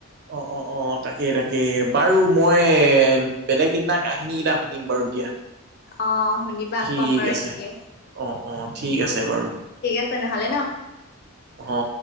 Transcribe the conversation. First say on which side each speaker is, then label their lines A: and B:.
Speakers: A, on the right; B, on the left.
A: অ অ অ তাকে তাকে বাৰু মই বেলেগ এদিনা কাহিনী কেইটা শুনিম বাৰু দিয়া
B: অ শুনিবা
A: ঠিক
B: কম বাৰু
A: আছে
B: এদিনকে
A: অ অ ঠিক আছে বাৰু
B: আছে নহ'লে ন
A: অ।